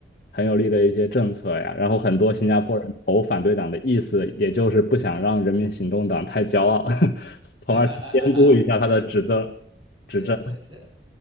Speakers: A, on the left; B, on the right.
A: 很有力的一些政策呀。然后很多新加坡人投反对党的意思，
B: 对，
A: 也就是不想让人民行动党太骄傲，<laughs> 从而监督一下他的执政
B: <laughs> 对，
A: 执政。
B: 是是是。